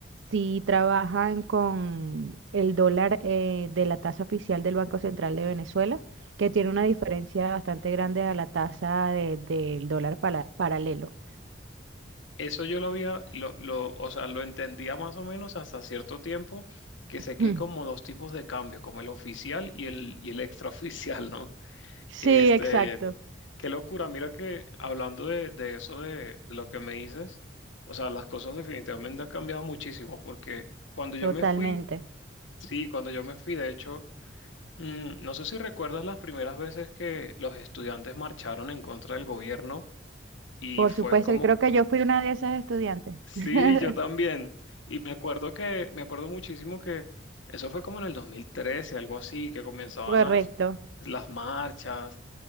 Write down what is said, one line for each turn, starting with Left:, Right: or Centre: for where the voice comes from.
Right: si trabajan con el dólar eh, de la tasa oficial del Banco Central de Venezuela, que tiene una diferencia bastante grande a la tasa de- del dólar pala- paralelo. <laughs>
Left: Eso yo lo había, lo, lo- o sea, lo entendía más o menos hasta cierto tiempo, que sé que
Right: Mm.
Left: hay como dos tipos de cambio, como el oficial y el, y el extraoficial, ¿no?
Right: Sí,
Left: Este,
Right: exacto,
Left: qué locura, mira que hablando de, de eso, de, de lo que me dices, o sea, las cosas definitivamente han cambiado muchísimo, porque cuando yo
Right: totalmente.
Left: me fui, sí, cuando yo me fui, de hecho, mm, no sé si recuerdas las primeras veces que los estudiantes marcharon en contra del gobierno y
Right: Por
Left: fue
Right: supuesto,
Left: como
Right: y creo que yo fui una de esas estudiantes.
Left: Sí,
Right: <laughs>
Left: yo también. Y me acuerdo que, me acuerdo muchísimo que eso fue como en el 2013, algo así, que comenzaban
Right: Correcto.
Left: las, las marchas